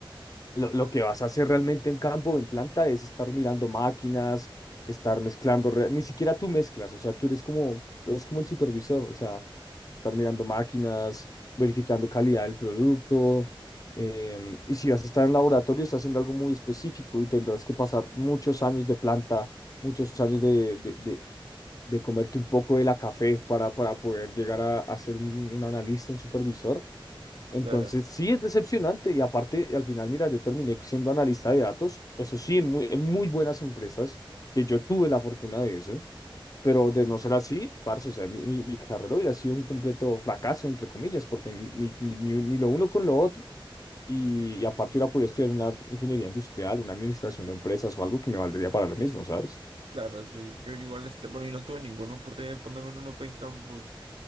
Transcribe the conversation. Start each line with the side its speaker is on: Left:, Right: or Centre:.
Left: Lo, lo que vas a hacer realmente en campo o en planta es estar mirando máquinas, estar mezclando, re- ni siquiera tú mezclas, o sea, tú eres como, es como el supervisor, o sea, estar mirando máquinas, verificando calidad del producto, em, y si vas a estar en laboratorio, estás haciendo algo muy específico y tendrás que pasar muchos años de planta muchos años de, de, de- de comerte un poco de la café para, para poder llegar a, a ser un, un analista, un supervisor. Entonces,
Right: Claro,
Left: sí es decepcionante y aparte, al final, mira, yo terminé siendo analista de datos, eso sí, en muy, en muy buenas empresas, que yo tuve la fortuna de eso, pero de no ser así, parce, o sea, mi, mi, mi carrera hubiera sido un completo fracaso, entre comillas, porque ni, ni, ni, ni lo uno con lo otro, y, y aparte hubiera podido estudiar una ingeniería industrial, una administración de empresas o algo que me valdría para lo mismo, ¿sabes?
Right: claro, sí. Yo igual, este, bueno, y no tuve ninguna oportunidad de ponerme en un Open Campus,